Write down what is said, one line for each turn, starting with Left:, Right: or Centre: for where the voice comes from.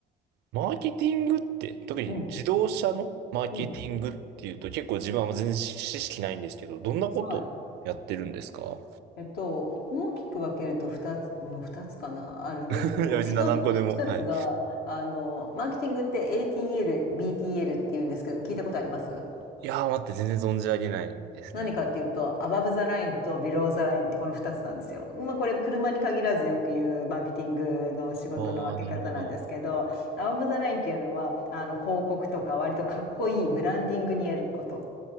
Right: マーケティングって、特に自動車のマーケティングっていうと、
Left: うん。うん。
Right: 結構自分は全然知識ないんですけど、どんなことやってるんですか
Left: はい。えっと、大きく分けると2つ、うん、ふたつかな、あるんですけども、
Right: <laughs> いや、別に何個でも。
Left: 1つ、一つが、
Right: はい。
Left: あの、マーケティングって ATL、BTL って言うんですけども、聞いたことあります
Right: いやー、待って、全然存じ上げないですね。
Left: 何かっていうと、アバブザラインとビローザラインってこの2つなんですよ。まあこれ車に限らずよく言うマーケティングの仕事の分け方なんですけど、
Right: ああ、なるほど。
Left: アバブザラインっていうのは、あの、広告とか割とかっこいいブランディングにやること。